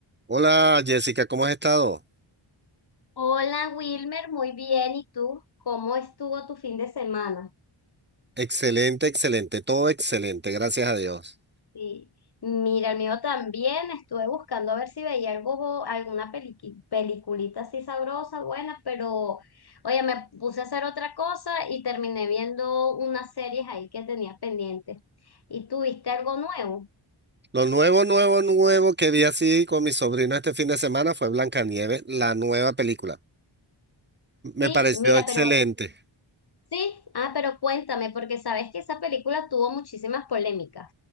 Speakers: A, on the right; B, on the left.
A: Hola Jessica, ¿cómo has estado?
B: Hola Wilmer, muy bien. ¿Y tú? ¿Cómo estuvo tu fin de semana?
A: Excelente, excelente, todo excelente, gracias a Dios.
B: Y mira, el mío también. Estuve buscando a ver si veía algo, alguna peliqui- peliculita así sabrosa, buena, pero oye, me puse a hacer otra cosa y terminé viendo unas series ahí que tenía pendientes. ¿Y tú viste algo nuevo?
A: Lo nuevo, nuevo, nuevo que vi así con mi sobrino este fin de semana fue Blancanieves, la nueva película. Me
B: Sí,
A: pareció
B: mira,
A: excelente.
B: pero Sí, ah, pero cuéntame, porque sabes que esa película tuvo muchísimas polémicas,